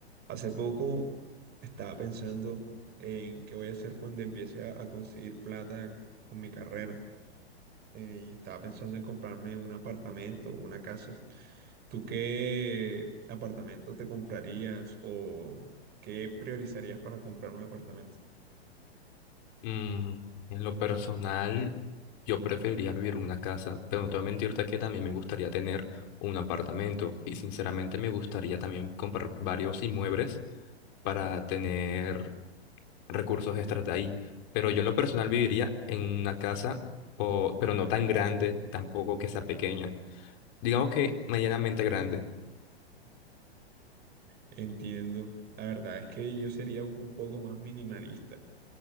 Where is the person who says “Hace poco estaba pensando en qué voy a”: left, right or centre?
Right